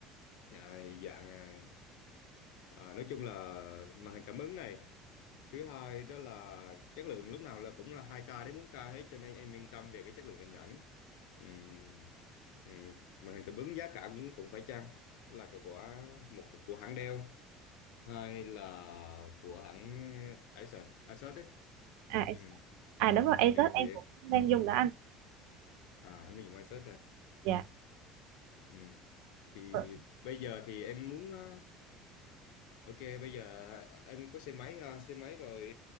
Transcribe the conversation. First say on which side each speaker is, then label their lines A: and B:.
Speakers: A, on the left; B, on the right.
A: à, dạng à, à, nói chung là màn hình cảm ứng này thứ hai đó là chất lượng lúc nào là cũng là 2K đến 4K hết cho nên em yên tâm về cái chất lượng hình ảnh Ừm, ừm, màn hình cảm ứng giá cả cũng cũng phải chăng là cái của một của hãng Dell hay là của hãng Acer Acer đấy
B: à, em-
A: Ừm,
B: à đúng rồi Asus
A: ừ,
B: em
A: thì em
B: cũng đang dùng đó anh
A: à em dùng Acer à
B: dạ
A: Ừm. thì
B: Ờ,
A: bây giờ thì em muốn ờ, Ok, bây giờ em có xe máy ha, xe máy rồi